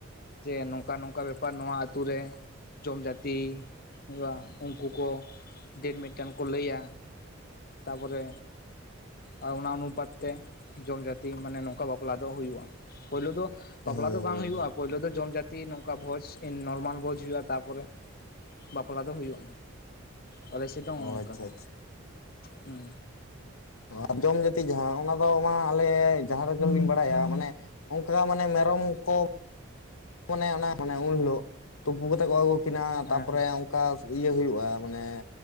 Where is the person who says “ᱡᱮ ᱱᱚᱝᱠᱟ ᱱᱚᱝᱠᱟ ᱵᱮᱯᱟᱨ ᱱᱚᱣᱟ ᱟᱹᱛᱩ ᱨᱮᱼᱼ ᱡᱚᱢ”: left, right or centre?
Left